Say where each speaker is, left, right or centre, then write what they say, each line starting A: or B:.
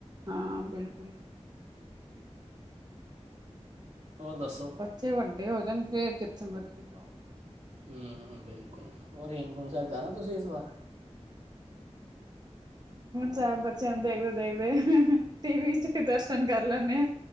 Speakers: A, on the right (about 35°); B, on the right (about 75°).
A: ਹਾਂ ਬਿਲਕੁਲ
B: ਹੋਰ ਦੱਸੋ
A: ਬੱਚੇ ਵੱਡੇ ਹੋ ਜਾਣ ਫੇਰ <unintelligible>
B: ਹਮ ਹ ਬਿਲਕੁਲ ਹੋਰ ਹੇਮਕੁੰਟ ਸਾਹਿਬ ਜਾਣਾ ਤੁਸੀਂ ਇਸ ਵਾਰ
A: ਸਾਹਿਬ ਬੱਚਿਆਂ ਨੂੰ ਦੇਖਦੇ ਦੇਖਦੇ ਟੀਵ ਚ ਵੀ ਦਰਸ਼ਨ ਕਰ ਲੈਦੇ ਆ